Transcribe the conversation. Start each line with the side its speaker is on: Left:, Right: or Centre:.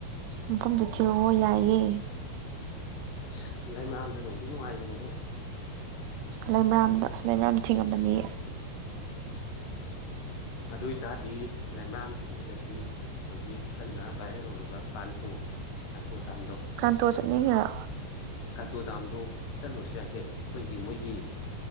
Right: ꯃꯐꯝꯗ ꯊꯤꯔꯛꯑꯣ ꯌꯥꯏꯑꯦ
Left: ꯑꯁ ꯂꯩꯃꯔꯥꯝꯗꯣ ꯅꯨꯡꯗꯤ ꯅꯨꯡꯉꯥꯏꯕꯅꯤꯍꯦ
Right: ꯂꯩꯃꯔ꯭ꯔꯥꯝꯗ ꯂꯩꯃ꯭ꯔꯥꯝ ꯊꯤꯡꯉꯕꯅꯤ
Left: ꯑꯗꯨ ꯑꯣꯏꯇꯥꯔꯗꯤ ꯂꯩꯃ꯭ꯔꯥꯝ ꯊꯤꯡꯉꯒꯗꯤ ꯍꯧꯖꯤꯛ ꯈꯟꯅ ꯚꯥꯏꯔꯦꯜ ꯑꯣꯏꯔꯤꯕ ꯀꯥꯡꯇꯨ ꯀꯟꯗꯨꯗꯥꯝꯗ
Right: ꯀꯥꯟꯇꯣ ꯆꯠꯅꯤꯡꯉꯤꯔꯣ
Left: ꯀꯟꯗꯨ ꯗꯥꯝ ꯑꯗꯨꯣ ꯆꯠꯂꯨꯔꯁꯨ ꯌꯥ ꯍꯥꯏ ꯀꯩꯅꯣ ꯑꯩꯈꯣꯏꯒꯤ ꯃꯣꯏꯒꯤ